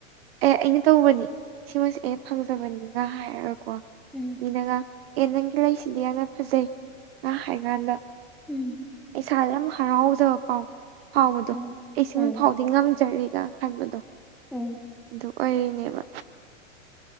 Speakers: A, on the right (about 50°); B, in the centre.
A: ꯑꯦ ꯑꯩꯅ ꯇꯧꯕꯅꯤ ꯁꯤꯃꯁꯦ ꯑꯩꯅ ꯐꯪꯖꯕꯅꯤꯒ ꯍꯥꯏꯔꯒꯀꯣ
B: ꯎꯝ
A: ꯃꯤꯅꯒꯥ ꯑꯦ ꯅꯪꯒꯤ ꯂꯩꯁꯤꯗꯤ ꯌꯥꯝꯅ ꯐꯖꯩ ꯉꯥ ꯍꯥꯏꯀꯥꯟꯗ
B: ꯎꯝ
A: ꯏꯁꯥꯗ ꯌꯥꯝ ꯍꯔꯥꯎꯖꯕ ꯄꯥꯎ ꯐꯥꯎꯕꯗꯣ
B: ꯎꯝ
A: ꯑꯩ ꯁꯨꯝ
B: ꯎꯝ
A: ꯐꯥꯎꯗꯤ ꯉꯝꯖꯔꯤꯒ ꯈꯟꯕꯗꯣ
B: ꯎꯝ
A: ꯑꯗꯨ ꯑꯣꯏꯔꯤꯅꯦꯕ